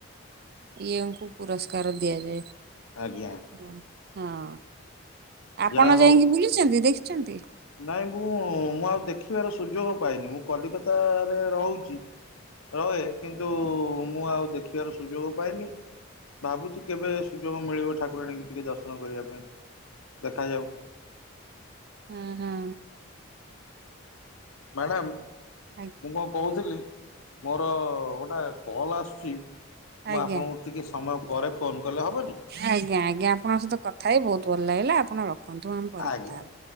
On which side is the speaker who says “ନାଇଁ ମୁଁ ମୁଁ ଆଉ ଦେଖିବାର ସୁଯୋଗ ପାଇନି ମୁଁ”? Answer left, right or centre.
Left